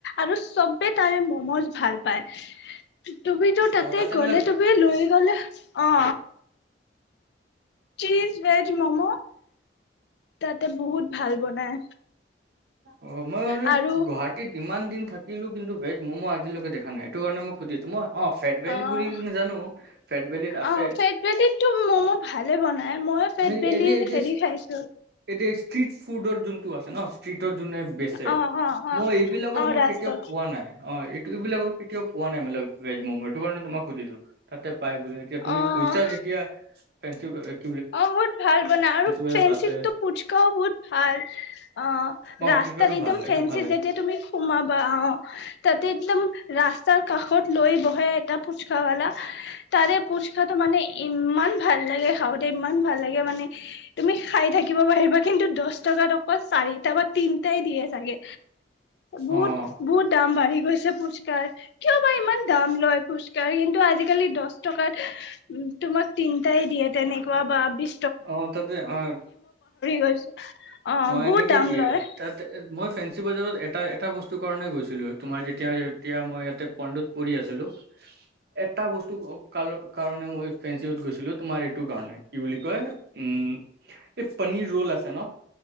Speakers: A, on the left; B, on the right.
A: আৰু চবে তাৰে মমজ ভাল পায়। তুমিতো
B: অ
A: তাতে গ'লে
B: মানে
A: তুমি লৈ গ'লে- অ। চীজ ভেজ মম' তাতে বহুত ভাল বনাই।
B: অ মই মানে
A: আৰু
B: গুৱাহাটীত ইমান দিন থাকিলো কিন্তু ভেজ- ম'ম আজিলৈকে দেখা নাই। সেটো কাৰণে মই সুধিছো মই অ ফেট
A: অ',
B: ভেলি বুলি জানো ফেট ভলিত আছে
A: অ', ফেট বেলিতো ম'ম' ভালে বনাই মই ফেট
B: মানে
A: বেলিৰ
B: <unintelligible> এৰি যে
A: হেৰি খাইছো
B: এইটো ষ্ট্ৰিত- ষ্ট্ৰিট ফুডত যোনটো আছে ন? যোনে বেচে
A: অ', অ', অ',
B: মই এইবিলাকত
A: অ',
B: মই
A: ৰাস্তাত
B: কেতিয়াও খোৱা নাই অ- এইবিলাকত- কেতিয়াও পোৱা নাই মানে ভেজ মম' এইটো কাৰণে তোমাক- সুধিছো তাতে- পাই বুলি এতিয়া তুমি
A: অ',
B: কৈছা যেতিয়া- <unintelligible>
A: অ বহুত ভাল- বনাই
B: ফেঞ্চি
A: আৰু
B: বজাৰত
A: ফেঞ্চিতটো
B: আছে
A: পুচকাও বহুত ভাল অ
B: অ'
A: ৰাস্তাত
B: ফুচকাটো
A: একদম
B: ভাল
A: ফেঞ্চিত
B: এইটো ভাল লাগে
A: যেতিয়া তুমি সোমাবা অ- তাতে একদম ৰাস্তাৰ কাষত লৈ বহে এটা ফুচকা ৱালা তাৰে ফুচকাটো মানে ইমান ভাল লাগে- খাওঁতে ইমান ভাল লাগে মানে তুমি খাই থাকিব পাৰিবা কিন্তু দহ টকাত অকল চাৰিটা বা তিনটাই দিয়ে চাগে। বহুত
B: অ'
A: বহুত দাম বাঢ়ি গৈছে- পুচকাৰ। কিয় বা ইমান দাম লয় পুচকাৰ? কিন্তু আজিকালি দচ টকাত তোমাক তিনটাই দিয়ে। তেনেকুৱা বা বি -
B: অ তাতে অ
A: গৈছো
B: অ
A: বহুত
B: এনেকেই
A: দাম
B: দিয়ে
A: লয়
B: তাতে মই ফেঞ্চি বজাৰত এটা এটা বস্তু- স্তু কাৰণে গৈছিলো তোমাৰ যেতিয়া তিয়া মই ইয়াতে পন্দুত পঢ়ি আছিলো এটা বস্তু কাল কাৰণে মই ফ্ৰেঞ্চিত গৈছিলো তোমাৰ এইটো কাৰণে কি বুলি- কি কয় উম এই পনীৰ ৰল আছে ন?